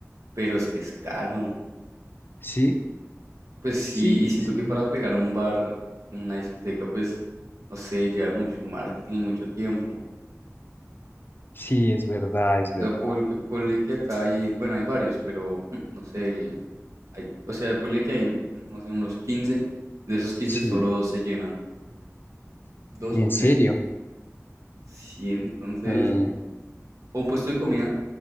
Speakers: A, on the right; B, on the left.
A: pero es que es caro.
B: Sí,
A: Pues sí,
B: sí,
A: y siento
B: sí,
A: que para pegar un bar, una discoteca, pues, no sé, lleva mucho marketing y mucho tiempo.
B: sí, es verdad, es
A: O
B: verdad.
A: sea, porque ponle que acá hay, bueno, hay varios, pero mm, no sé, el, Hay, o sea, ponle que hay, no sé, unos 15. De esos quince,
B: Sí,
A: solo dos se llenan. Dos
B: en
A: o tres.
B: serio.
A: Sí, entonces,
B: Mm,
A: o un puesto de comida,